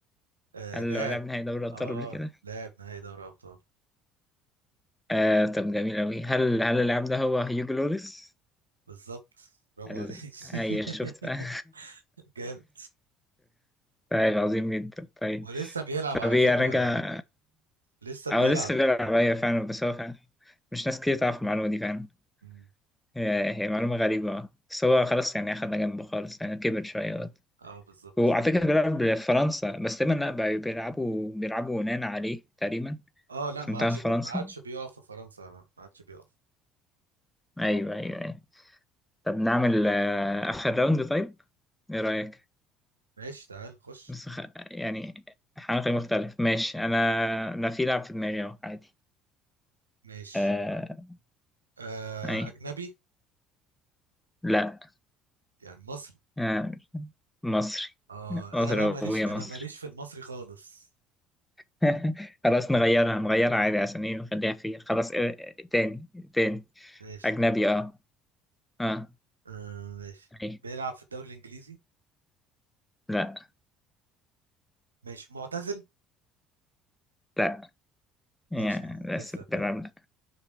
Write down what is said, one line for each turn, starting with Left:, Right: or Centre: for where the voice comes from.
Right: آه،
Centre: هل
Right: لاعب
Centre: هو لاعب نهائي دوري ابطال
Right: اه
Centre: قبل كده
Right: لاعب نهائي دوري ابطال
Centre: آه طب جميل أوي هل هل اللاعب ده هو هيوجو لوريس
Right: بالظبط برافو
Centre: هل
Right: عليك <laughs>
Centre: أيوة شفت بقى <laughs>
Right: جامد
Centre: طيب عظيم جدا طيب
Right: ولسه بيلعب
Centre: طب
Right: على
Centre: ايه
Right: فكرة
Centre: راجع
Right: لسه بيلعب
Centre: او لسه بيلعب ايوه فعلا بس هو فعلا مش ناس كتير تعرف المعلومة دي فعلا
Right: مم.
Centre: هي هي معلومة غريبة بس هو خلاص يعني أخدنا جنبه خالص يعني كبر شوية
Right: اه بالظبط
Centre: هو على فكرة بيلعب بفرنسا بس تقريبا لا بي- بيلعبوا بيلعبوا يونان عليه تقريبا
Right: اه لا
Centre: في
Right: ما
Centre: منتخب
Right: عادش
Centre: فرنسا
Right: بي... ما عادش بيقف في فرنسا ما عادش بيقف
Centre: أيوه أيوه أيوه طب نعمل آه، آخر راوند طيب إيه رأيك؟
Right: ماشي تعال خش
Centre: بس خ... يعني حاجة مختلف ماشي أنا أنا في لعب في دماغي أهو عادي
Right: ماشي
Centre: آه...
Right: آه
Centre: أي
Right: اجنبي
Centre: لا
Right: يعني مصري
Centre: آه... مصري
Right: اه
Centre: مصري
Right: انا بقى ماليش
Centre: وهي مصري
Right: انا ماليش في المصري خالص
Centre: <laughs> خلاص نغيرها نغيرها عادي عشان إيه نخليها في خلاص آه... تاني تاني
Right: ماشي
Centre: أجنبي أه أه
Right: آه ماشي
Centre: أي
Right: بيلعب في الدوري الانجليزي
Centre: لا
Right: ماشي معتزل
Centre: لا يعني
Right: ماشي يعني لسه
Centre: بس
Right: بيلعب
Centre: بيلعب لا